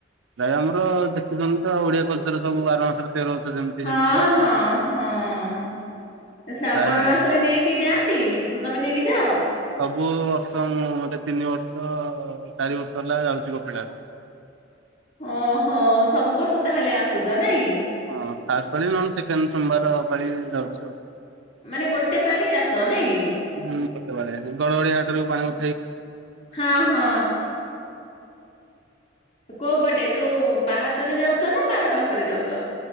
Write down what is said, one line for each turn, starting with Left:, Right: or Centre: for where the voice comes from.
Right: ଭାଇ ଆମର ଦେଖିଚନ୍ତି ତ ଓଡିଆ କଲଚର ର ସବୁ ବାର ମାସରେ ତେର ବର୍ଷ ଯେମିତି
Left: ହଁ
Right: ସେମିତି ଆଉ
Left: ହଁ
Right: କଣ।
Left: ହଁ। ଶ୍ରାବଣ
Right: ପ୍ରାୟ
Left: ମାସରେ ନେଇକି ଯାଆନ୍ତି? ତମେ ନେଇକି ଯାଅ?
Right: ସବୁ ବର୍ଷ ମୁଁ ମୋତେ ତିନି ବର୍ଷ। ତ ଚାରି ବର୍ଷ ହେଲା ଯାଉଚି କପିଳାସ୍।
Left: ଓହୋ ସବୁ ବର୍ଷ ତାହେଲେ ଆସୁଚ ନାଇଁ?
Right: ହଁ ଫାଷ୍ଟ୍ ପାଳି ନହେଲେ ସେକେଣ୍ଡ୍ ସୋମବାର ପାଳି ଯାଉଚି ଆଉ।
Left: ମାନେ ଗୋଟେ ପାଳି ଆସ ନାଇଁ କି?
Right: ହୁଁ କେତବେଳେ ଗଡଗଡିଆ ଘାଟରୁ ପାଣି ଉ
Left: ହଁ ହଁ। କୋଉ ପଟେ ଯୋଉ ପାହାଚରେ ଯାଉଚ ନା ବାର ବାଙ୍କରେ ଯାଉଚ।